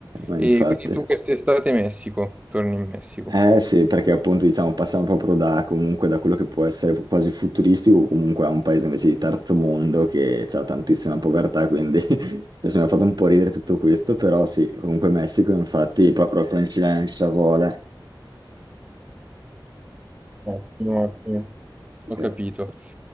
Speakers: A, on the right; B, on the right.
A: Ma
B: E
A: infatti.
B: quindi tu quest'estate in Messico, torni in Messico.
A: Eh sì, perché appunto diciamo passiamo proprio da, comunque, da quello che può essere quasi futuristico, comunque a un paese invece di terzo mondo che ha tantissima povertà, quindi <laughs> adesso mi ha fatto un po' ridere tutto questo, però sì, comunque Messico infatti proprio a coincidenza vuole.
B: Ottimo, ottimo, ho
A: Eh,
B: capito.